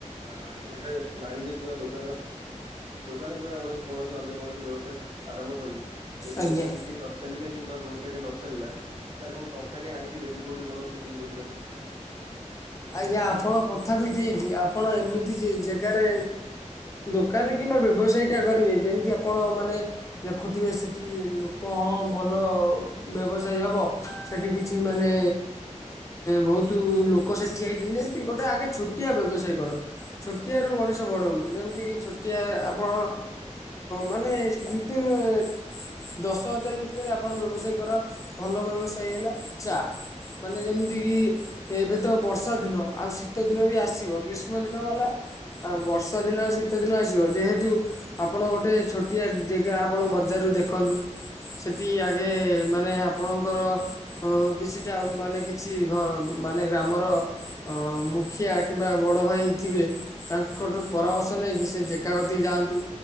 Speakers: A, on the right (about 40°); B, on the left (about 25°).
A: ଆଣି ଗୋଟେ ବାଣିଜ୍ୟ କିମ୍ବା ଦୋକାନ ଦୋକାନ କିବା କଣ କୌଣସି ଅନ୍ୟ କୌଣସି ବ୍ୟବସାୟ ଆରମ୍ଭ କଲି ଯଦି
B: ଆଜ୍ଞା।
A: ଦୋକାନଟି ନ ଚାଲିଲେ କିମ୍ବା ବ୍ୟବସାୟ ଟି ନଚାଲିଲା ତାହେଲେ ମୁଁ ଟଙ୍କାଟି ଆଣିକି ଦେବି କୋଉଠି ଋଣ ସୁଜିବି କୋଉଟି କହିଲେ।
B: ଆଜ୍ଞା! ଆପଣଙ୍କ କଥା ବି ଠିକ ଆପଣ ଏମିତି ଜେଗାରେ ଦୋକାନ କିମ୍ବା ବ୍ୟବସାୟୀ ଟା କରିବେ ଯେମିତି ଆପଣ ମାନେ ଦେଖୁଥିବେ ସେଠି ଲୋକ ହଁ, ଭଲ ବ୍ୟବସାୟ ହବ। ସେଠି କିଛି ମାନେ ବହୁତୁ ଲୋକ ସେ ଠିଆଇଛନ୍ତି ଯେମିତି ଗୋଟେ ଆଗେ ଛୋଟିଆ ବ୍ୟବସାୟ କର ଛୋଟିଆରୁ ମଣିଷ ବଡ ହଉଛି ଯେମିତି କି ଛୋ ଟିଆ ଆପଣ ମାନେ ଦି ତିନି ହ ଦଶ ହଜାର ଭିତରେ ଆପଣ ବ୍ୟବସାୟ କର, ଭଲ ବ୍ୟବସାୟ ହେଲା ଚା। ମାନେ ଯେମିତି କି ଏବେ ଶୀତ, ବର୍ଷା ଦିନ ଆଉ ଶୀତ ଦିନ ବି ଆସିବ ଗ୍ରୀଷ୍ମ ଦିନ ଗଲା ଆଉ ବର୍ଷା ଦିନ, ଶୀତ ଦିନ ଆସିବ ଯେହେତୁ ଆପଣ ଗୋଟେ ଛୋଟିଆ ଜେଗା ଆପଣ ବଜାରୁ ଦେଖନ୍ତୁ। ସେଠି ଆଗେ ମାନେ ଆପଣଙ୍କର ଅ କିଛିଟା ମାନେ କିଛି ଘର ମାନେ ଗ୍ରାମର ମୁଖିଆ କିମ୍ବା ବଡ଼ ଭାଇ ଥିବେ, ତାଙ୍କଠୁ ପରାମର୍ଶ ନେଇକି ସେ ଜେଗା କତିକି ଯାଆନ୍ତୁ